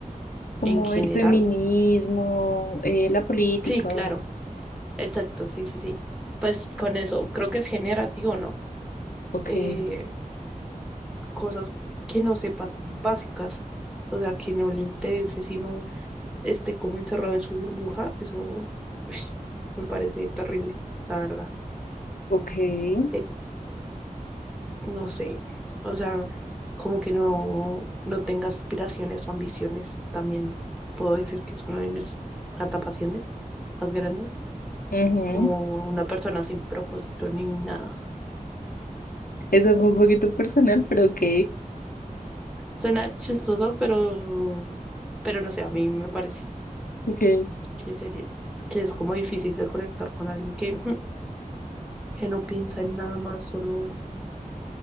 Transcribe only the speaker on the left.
como
el feminismo, eh, la política?
Ok,
ok.
ujú.
Eso fue un poquito personal, pero ok,
ok,